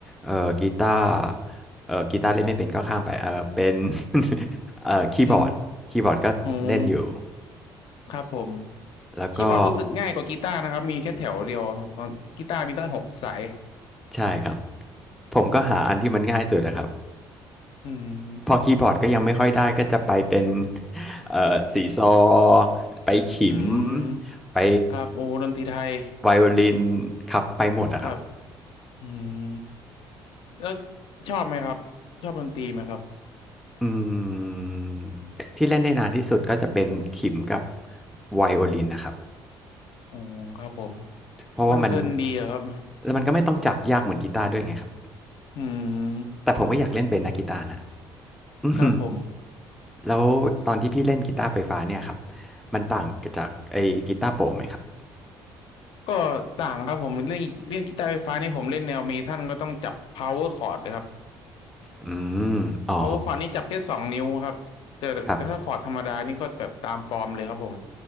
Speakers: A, in the centre; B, on the left.
A: เอ่อกีตาร์เอ่อกีตาร์เล่นไม่เป็นก็ข้ามไปเออเป็น <laughs> เอ่อคีย์บอร์ดคีย์บอร์ดก็เล่นอยู่
B: อืมโอ้ครับผม
A: แล้วก็
B: คีย์บอร์ดรู้สึกง่ายกว่ากีตาร์นะครับมีแค่แถวเดียวกีตาร์มีตั้งหกสาย
A: ใช่ครับผมก็หาอันที่มันง่ายสุดนะครับ
B: อืม
A: พอคีย์บอร์ดก็ยังไม่ค่อยได้ก็จะไปเป็นเอ่อสีซอไปขิม
B: อืม
A: ไป
B: ครับโอ้ดนตรีไทย
A: ไวโอลินครับไปหมดอะครับ
B: ครับอืมแล้วชอบไหมครับชอบดนตรีไหมครับ
A: อืมที่เล่นได้นานที่สุดก็จะเป็นขิมกับไวโอลินนะครับ
B: อ๋อครับผม
A: เพราะว่ามัน
B: มันเพลินดีอะครับ
A: แล้วมันก็ไม่ต้องจับยากเหมือนกีตาร์ด้วยไงครับ
B: อืม
A: แต่ผมก็อยากเล่นเป็นนะกีตาร์นะ <laughs> อืม
B: ครับผม
A: แล้วตอนที่พี่เล่นกีตาร์ไฟฟ้าเนี่ยครับมันต่างจากไอ้กีตาร์โปร่งไหมครับ
B: ก็ต่างครับผมเรื่องเรื่องกีตาร์ไฟฟ้านี่ผมเล่นแนวเมทัลก็ต้องจับ power chord เลยครับ
A: อืมอ๋อ
B: power chord นี่จับแค่สองนิ้วครับแต่แต่ถ้าคอร์ดธรรมดานี่ก็แบบตามฟอร์มเลยครับผม
A: ครับ